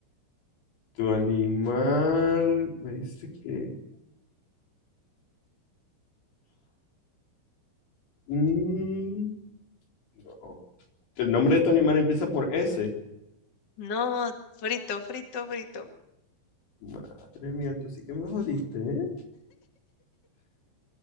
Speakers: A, on the left; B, on the left.
A: tu animal. Me dice que. mm, no. El nombre de tu animal empieza por S.
B: No, frito, frito, frito.
A: Madre mía, tú sí que me jodiste, ¿eh?